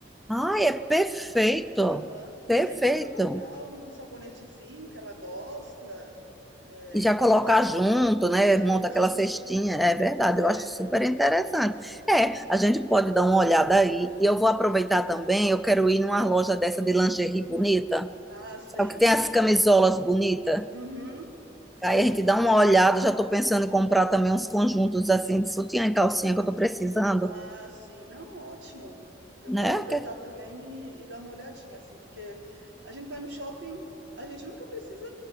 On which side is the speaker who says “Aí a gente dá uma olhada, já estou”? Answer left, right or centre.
Centre